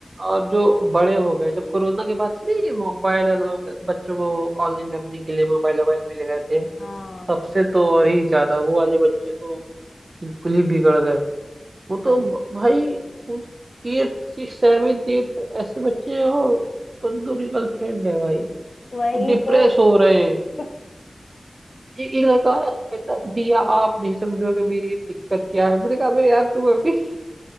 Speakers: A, on the right; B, on the left.
A: और जो बड़े हो गए जब कोरोना के बाद से नहीं मोबाइल अलाउ कर- बच्चों को ऑनलाइन लर्निंग के लिए मोबाइल मोबाइल मिले गए थे
B: हाँ
A: सबसे तो और ही ज्यादा वो वाले बच्चे तो बिल्कुल ही बिगड़ गए वो
B: बहुत।
A: तो भाई एट सिक्स सेवन एट ऐसे बच्चे हैं और बंदों की गर्लफ्रेंड है भाई
B: वही
A: डिप्रेस
B: तो
A: हो रहे हैं
B: <laughs>
A: ए- एक लड़का आया, कहता भैया आप नहीं समझोगे मेरी दिक्कत क्या है मैंने कहा "अबे यार तुम अभी <laughs>